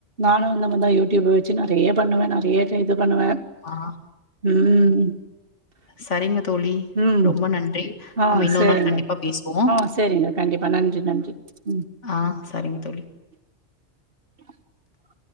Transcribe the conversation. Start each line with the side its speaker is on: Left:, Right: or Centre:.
Right: நானு இந்தமாரித யூடியூப்ல வச்சு நெறைய பண்ணுவ நெறைய இது பண்ணுவ
Left: ஆ
Right: ம்
Left: சரிங்க தோழி
Right: ம்
Left: ரொம்ப நன்றி
Right: ஆ
Left: நம்ம இன்னொரு
Right: சேரிங்க
Left: நாள் கண்டிப்பா பேசுவோ
Right: ஆ சேரிங்க கண்டிப்பா நன்றி நன்றி ம்
Left: ஆ சரிங்க தோழி
Right: <inaudible>